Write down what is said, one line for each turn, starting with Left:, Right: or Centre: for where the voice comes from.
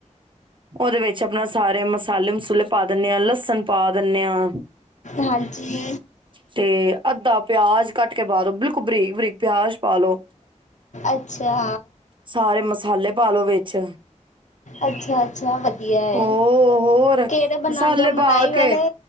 Right: ਉਹਦੇ ਵਿੱਚ ਆਪਣਾ ਸਾਰੇ ਮਸਾਲੇ ਮਸੂਲੇ ਪਾ ਦਿੰਦੇ ਹਾਂ ਲਸਣ ਪਾ ਦਿੰਦੇ ਹਾਂ
Left: ਹਾਂਜੀ
Right: ਤੇ ਅੱਧਾ ਪਿਆਜ ਕੱਟ ਕੇ ਪਾ ਦੋ ਬਿਲਕੁਲ ਬਰੀਕ ਬਰੀਕ ਪਿਆਜ ਪਾ ਲਓ
Left: ਅੱਛਾ।
Right: ਸਾਰੇ ਮਸਾਲੇ ਪਾਾਲੋ ਵਿੱਚ
Left: ਅੱਛਾ ਅੱਛਾ ਵਧੀਆ ਹੈ
Right: ਉਹ ਹੋਰ
Left: ਕਿਹੜੇ ਬਣਾਉਂਦੇ
Right: ਮਸਾਲੇ
Left: ਹੋ
Right: ਪਾ
Left: ਮਲਾਈ ਵਾਲੇ?
Right: ਕੇ